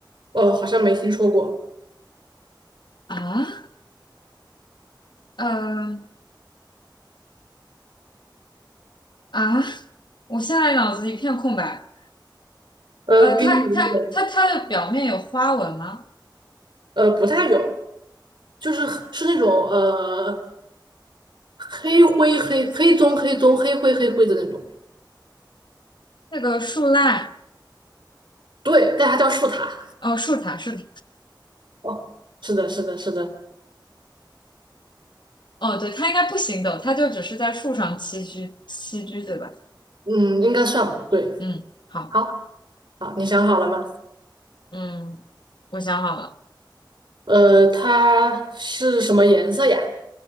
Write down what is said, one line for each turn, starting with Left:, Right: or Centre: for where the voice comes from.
Right: 呃，好像没听说过，
Left: 啊，呃啊，我现在脑子一片空白。
Right: 呃，
Left: 呃，
Right: 给你一点，
Left: 它它它它的表面有花纹吗？
Right: 呃，不太有，就是是那种呃黑灰黑黑棕黑棕黑灰黑灰的那种，
Left: 那个树懒，
Right: 对，但它叫树塔，
Left: 哦，树懒树懒，
Right: 哦，是的，是的，是的，
Left: 哦，对，它应该不行走，它就只是在树上栖居栖居，对吧？
Right: 嗯，应该算吧，对，
Left: 嗯，好，
Right: 好，好，你想好了吗？
Left: 嗯，我想好了，
Right: 呃，它是什么颜色呀？